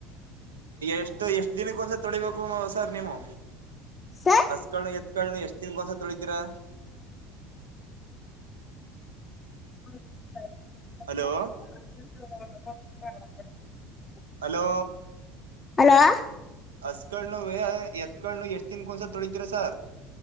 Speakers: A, on the right; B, on the left.
A: ಎಷ್ಟು ಎಷ್ಟ ದಿನಕ್ಕ ಒಂದ್ಸತ್ ತೊಳಿಬೇಕು ಸರ್ ನೀವು
B: ಸರ್
A: ಹಸ್ಗಳ್ನ್ನ ಎತ್ಗಳ್ನ್ನ ಎಷ್ಟ್ ದಿನಕ್ ಒಂದ್ಸತಿ ತೊಳಿತೀರಾ.
B: ಹು ಸರಿ. <unintelligible>
A: ಹಲೋ
B: <unintelligible>
A: ಹಲೋ
B: ಹಲೋ
A: ಹಸ್ಕಳ್ನಗೆ ಎತ್ಕಳ್ನ ಎಷ್ಟ್ ದಿನ್ಕೊ ಒಂದ್ಸರಿ ತೊಳಿತೀರ ಸಾರ್.